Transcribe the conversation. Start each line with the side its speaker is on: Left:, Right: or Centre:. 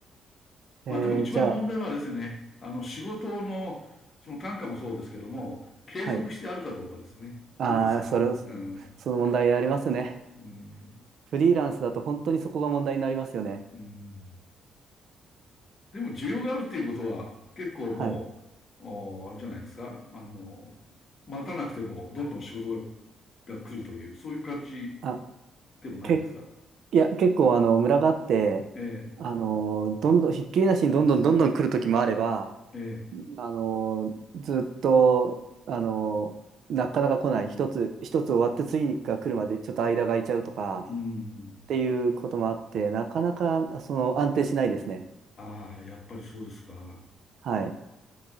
Right: えー、
Left: まあでも一番問題はですね、
Right: じゃあ、
Left: あの仕事のその単価もそうですけども、継続してあるかどうかですね。
Right: はい。ああ、
Left: どうですかうん。
Right: それ、その問題ありますね。
Left: うん。
Right: フリーランスだと本当にそこが問題になりますよね。
Left: うん。でも需要があるっていうことは結構もう、
Right: はい。
Left: おあれじゃないですか。あの、待たなくてもどんどん仕事がが来るという、そういう感じ
Right: あ、
Left: でもないんですか
Right: 結いや、結構あの、村があって、
Left: え
Right: あの、どんどん、ひっきりなしにどんどんどんどん来る時もあれば、
Left: え、ええ、
Right: あの、ずっと、あの、なかなか来ない。一つ、一つ終わって次が来るまでちょっと間が空いちゃうとか、
Left: うん。
Right: っていうこともあって、なかなか、その、安定しないですね。
Left: ああ、やっぱりそうですか。
Right: はい。